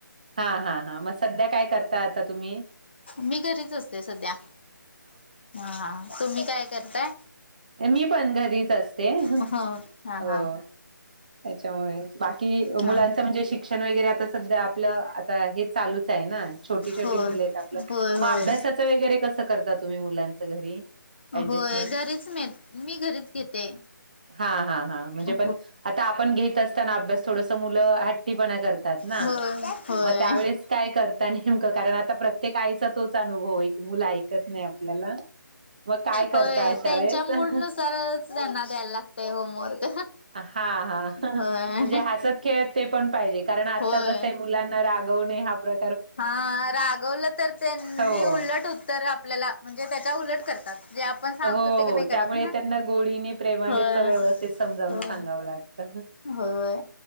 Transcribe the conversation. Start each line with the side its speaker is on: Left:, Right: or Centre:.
Right: हा हा हा म सध्या काय करता आता तुम्ही?
Left: मी घरीच असते सध्या हा तुम्ही? काय करताय
Right: मी पण घरीचच. ते हं
Left: हो हा हा
Right: अ त्याच्यामुळेच बाकी
Left: हा
Right: मुलांच म्हणजे शिक षण वैगरे आता सध्या आपलं आता हे चालुच च हे ना छोटी, छोटी
Left: होय
Right: मुले आहेत आपलं,
Left: होय होय
Right: मं अभ्यासाचं वगैरे कसं करता तुम्ही मुलांच घरी? ऍडजस्टमेंट
Left: होय घरीच मी मी घरीच घेते
Right: हा हा हा म्हणजे
Left: हो
Right: पण आ पण घेत असताना अभ्यास थोड त मूल हट्टी पणा करतात ना,
Left: होय होय
Right: मग त्या वेळेस काय करता नि नेमकं कारण आता प्रत्येक आईचा तोच अनुभव आहे, की मुलं ऐकत नाही आपल्याला. मग काय
Left: होय
Right: करता अशा
Left: त्यांच्या
Right: वेळेस
Left: मूडनुसारच, त्यांना द्यायला लागतय होमवर्क.
Right: हा हा
Left: होय
Right: म्हणजे हसत खेळत ते पण पाहिजे, कारण आता
Left: होय
Right: कस मुलां रागव हा प्र
Left: हा रागवलं तर त्यांनी
Right: हो,
Left: उलट उत्तर आपल्याला म्हणजे त्याच्या उलट करतात. जे आपण सांगतो
Right: हो
Left: ते
Right: हो
Left: नाही करत
Right: त्यामुळे
Left: ना
Right: त्यांना गोळीने प्रेमानेच
Left: होय
Right: व्यवस्थित समजावून
Left: होय
Right: सांगावं लागतं.
Left: होय